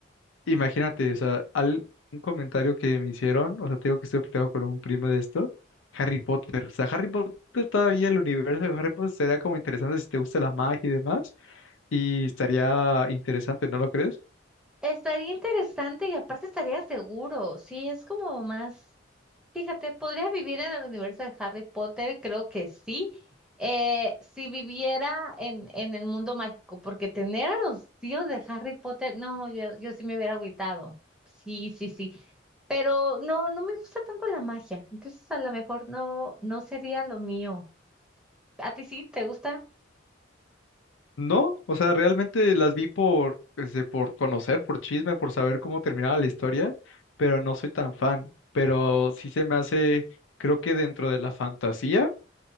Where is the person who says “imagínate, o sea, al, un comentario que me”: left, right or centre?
Left